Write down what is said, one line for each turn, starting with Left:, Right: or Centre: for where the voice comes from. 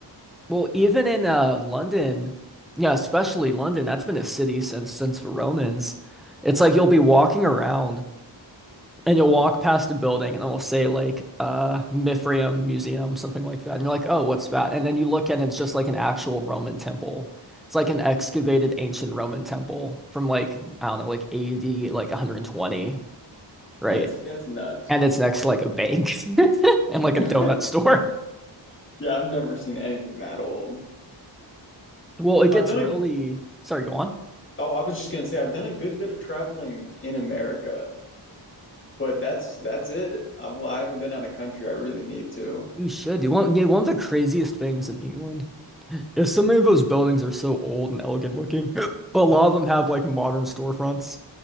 Centre: Well, even in uh London, yeah, especially London, that's been a city since since the Romans. It's like you'll be walking around and you'll walk past a building and it'll say like uh Mithraeum Museum, something like that. And you're like, "Oh, what's that?" And then you look and it's just like an actual Roman temple. It's like an excavated ancient Roman temple from like I don't know, like AD like 120, right?
Left: yes, that's nuts.
Centre: And it's next to like a bank <laughs> and like
Left: <laughs>
Centre: a donut store.
Left: Yeah, I've never seen anything that old.
Centre: Well, it gets
Left: I've done
Centre: really,
Left: a
Centre: sorry, go on.
Left: Oh, I was just gonna say I've done a good bit of traveling in America, but that's that's it. I, well, I haven't been out of country. I really need to.
Centre: You should. You want? yeah, one of the craziest things in England is so many of those buildings are so old and elegant looking, <gasps> but a lot of them have like modern storefronts.